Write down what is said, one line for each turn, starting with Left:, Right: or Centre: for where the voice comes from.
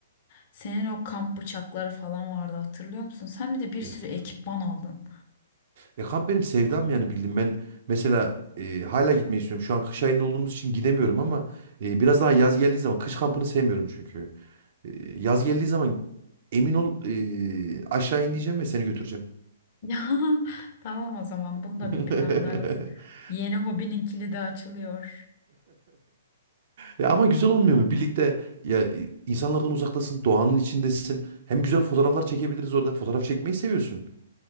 Left: Senin o kamp bıçakları falan vardı hatırlıyor musun? Sen bir de bir
Right: Eh.
Left: sürü ekipman aldın. <laughs>
Right: E kamp benim sevdam yani bildim ben mesela e, hala gitmeyi istiyorum. Şu an kış ayında olduğumuz için gidemiyorum ama e, biraz daha yaz geldiği zaman kış kampını sevmiyorum çünkü. E, yaz geldiği zaman emin ol e, aşağı ineceğim ve seni götüreceğim.
Left: Ya tamam o zaman bunu
Right: <laughs>
Left: da bir planlarız. Yeni hobinin kilidi açılıyor.
Right: Ya ama güzel olmuyor mu? Birlikte ya e, insanlardan uzaktasın, doğanın içindesin. Hem güzel fotoğraflar çekebiliriz orada. Fotoğraf çekmeyi seviyorsun.